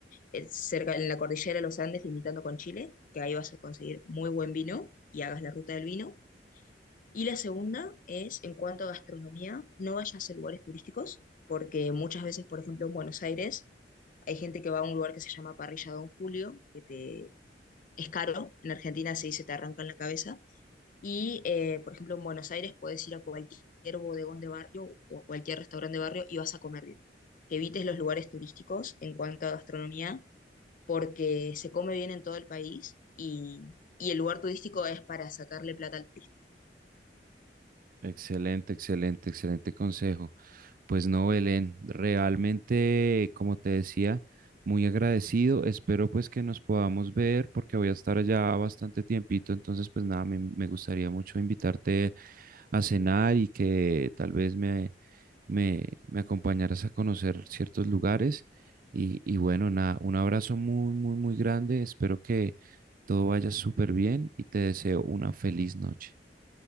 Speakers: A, on the left; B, on the right.
A: eh, cerca en la cordillera de los Andes, limitando con Chile, que ahí vas a conseguir muy buen vino y hagas la ruta del vino. Y la segunda es, en cuanto a gastronomía, no vayas a lugares turísticos, porque muchas veces, por ejemplo, en Buenos Aires, hay gente que va a un lugar que se llama Parrilla Don Julio, que te es caro, en Argentina se dice te arranca en la cabeza, y eh, por ejemplo en Buenos Aires puedes ir a cualquier bodegón de barrio o a cualquier restaurante de barrio y vas a comer bien. Que evites los lugares turísticos en cuanto a gastronomía, porque se come bien en todo el país y, y el lugar turístico es para sacarle plata al turista.
B: Excelente, excelente, excelente consejo. Pues no, Belén, realmente, como te decía, muy agradecido. Espero pues que nos podamos ver porque voy a estar allá bastante tiempito. Entonces, pues nada, me, me gustaría mucho invitarte a cenar y que tal vez me, me, me acompañaras a conocer ciertos lugares. Y, y bueno, nada, un abrazo muy, muy, muy grande. Espero que todo vaya súper bien y te deseo una feliz noche.